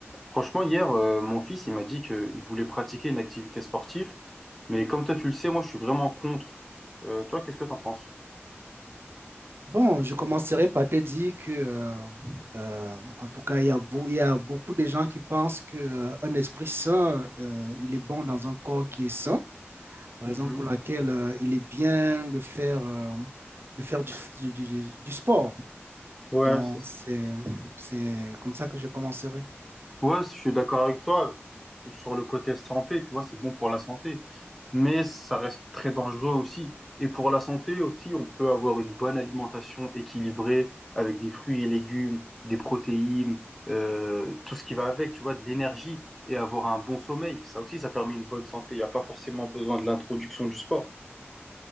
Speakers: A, in the centre; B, on the right.
A: Franchement, hier, euh, mon fils, il m'a dit qu'il voulait pratiquer une activité sportive, mais comme toi, tu le sais, moi, je suis vraiment contre. Euh, toi, qu'est-ce que t'en penses?
B: Bon, je commencerai par te dire que, euh, euh, en tout cas, il y a, beau- il y a beaucoup de gens qui pensent que, euh, un esprit sain, euh, il est bon dans un corps qui est sain, raison
A: Mhm.
B: pour laquelle, euh, il est bien de faire, euh, de faire du, du- du- du sport.
A: Ouais,
B: Donc,
A: c'est-
B: c'est, c'est comme ça que je commencerai.
A: Ouais, je suis d'accord avec toi sur le côté santé, tu vois, c'est bon pour la santé, mais ça reste très dangereux aussi. Et pour la santé aussi, on peut avoir une bonne alimentation équilibrée avec des fruits et légumes, des protéines, euh, tout ce qui va avec, tu vois, de l'énergie et avoir un bon sommeil. Ça aussi, ça permet une bonne santé. Il n'y a pas forcément besoin de l'introduction du sport.